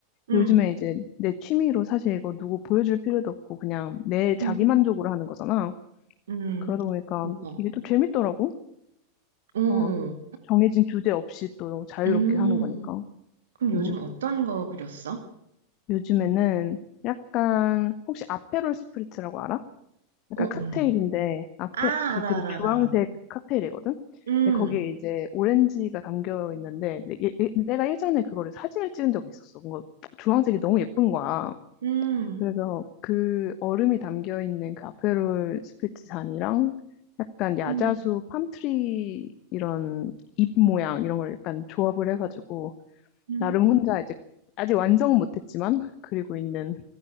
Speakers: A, on the right; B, on the left.
A: 음.
B: 요즘에 이제 내 취미로 사실 이거 누구 보여줄 필요도 없고 그냥 내 자기
A: 음.
B: 만족으로 하는 거잖아.
A: 음.
B: 그러다 보니까
A: 어.
B: 이게 또 재밌더라고.
A: 어.
B: 어, 정해진 규제 없이 또 자유롭게
A: 음.
B: 하는 거니까.
A: 그럼 요즘
B: 음.
A: 어떤 거 그렸어?
B: 요즘에는 약간 혹시 아페롤 스프리츠라고 알아? 약간
A: 어,
B: 칵테일인데
A: 몰라.
B: 앞에
A: 아, 알아,
B: 그 되게
A: 알아,
B: 주황색
A: 알아. 알아.
B: 칵테일이거든.
A: 음.
B: 근데 거기에 이제 오렌지가 담겨 있는데 내, 예- 예- 내가 예전에 그거를 사진을 찍은 적이 있었어. 뭔가 주황색이 너무 예쁜 거야.
A: 음.
B: 그래서 그 얼음이 담겨 있는 그 아페롤 스프리트 잔이랑 약간 야자수
A: 음.
B: 팜트리 이런 잎 모양 이런 걸 약간 조합을 해가지고
A: 음.
B: 나름 혼자 이제 아직 완성은 못했지만 그리고 있는